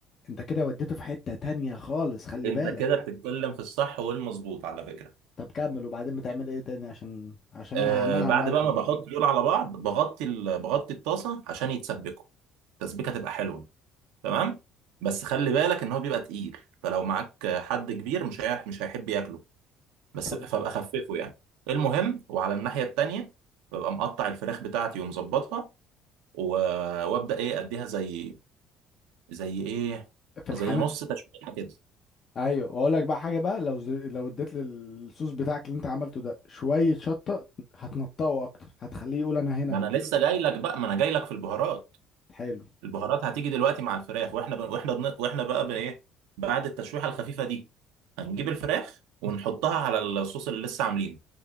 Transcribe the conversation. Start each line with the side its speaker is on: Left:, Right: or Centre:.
Left: انت كده وديته في حتة تانية خالص خلي
Right: أنت
Left: بالك
Right: كده بتتكلم في الصح والمظبوط على فكرة
Left: طب كمل وبعدين بتعمل ايه تاني عشان عشان
Right: آه
Left: انا هعملها
Right: بعد
Left: النهارده
Right: بقى ما
Left: دي
Right: بحط دول على بعض بغطي ال... بغطي الطاسة عشان يتسبكوا التسبيكة تبقى حلوة تمام بس خلي بالك إن هو بيبقى تقيل فلو معاك حد كبير مش هي... مش هيحب ياكله بس
Left: طب
Right: فابقى خففه يعني المهم وعلى الناحية التانية ببقى مقطع الفراخ بتاعتي ومظبطها و... وابدا ايه اديها زي زي ايه
Left: في الحناء
Right: زي نص تشويحه كده
Left: ايوه واقول لك بقى حاجه بقى لو ز... لو اديت للصوص بتاعك اللي انت عملته ده شويه شطه هتنطقه اكتر هتخليه يقول انا هنا
Right: ما انا لسه جاي لك بقى ما انا جاي لك في البهارات
Left: حلو
Right: البهارات هتيجي دلوقتي مع الفراخ واحنا بن... واحنا بن... واحنا بقى بن ايه بعد التشويحه الخفيفه دي هنجيب الفراخ ونحطها على الصوص اللي لسه عاملينه